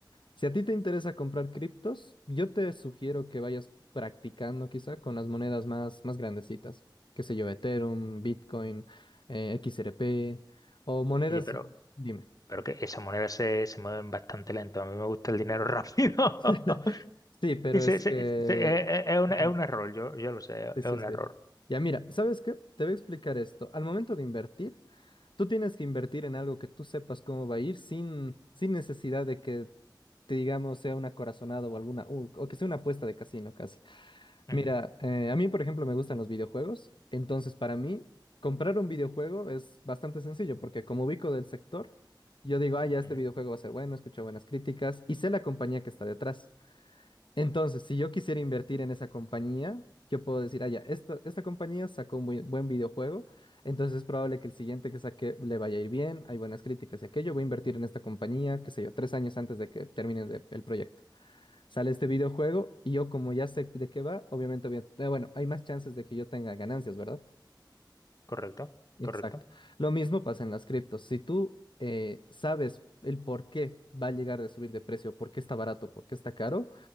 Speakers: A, on the left (about 80°); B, on the left (about 50°).
A: Si a ti te interesa comprar criptos, yo te sugiero que vayas practicando quizá con las monedas más, más grandecitas. Qué sé yo, Ethereum, Bitcoin, eh, XRP o monedas...
B: Oye, pero
A: Dime.
B: Pero que esas monedas se, se mueven bastante lento. A mí me gusta el dinero rápido.
A: <laughs>
B: <laughs>
A: Sí, pero
B: Y se-
A: es
B: se-
A: que...
B: se- eh, eh, es un,
A: Ujú,
B: es un error, yo, yo lo sé, es
A: Sí, sí,
B: un
A: sí.
B: error.
A: Ya mira, ¿sabes qué? Te voy a explicar esto. Al momento de invertir, tú tienes que invertir en algo que tú sepas cómo va a ir sin, sin necesidad de que, te digamos, sea una corazonada o alguna, u- o que sea una apuesta de casino casi.
B: Ujú,
A: Mira, eh, a mí, por ejemplo, me gustan los videojuegos, entonces para mí, comprar un videojuego es bastante sencillo porque como ubico del sector, yo digo, ah, ya este
B: ujú.
A: videojuego va a ser bueno, escucho buenas críticas y sé la compañía que está detrás. Entonces, si yo quisiera invertir en esa compañía, yo puedo decir, ah, ya, esta, esta compañía sacó un buen, buen videojuego, entonces es probable que el siguiente que saque le vaya a ir bien, hay buenas críticas y aquello, voy a invertir en esta compañía, qué sé yo, tres años antes de que termine de- el proyecto. Sale este videojuego y yo como ya sé de qué va, obviamente, voy a- eh, bueno, hay más chances de que yo tenga ganancias, ¿verdad?
B: Correcto,
A: Exacto.
B: correcto.
A: Lo mismo pasa en las criptos. Si tú eh, sabes el por qué va a llegar de subir de precio, por qué está barato, por qué está caro,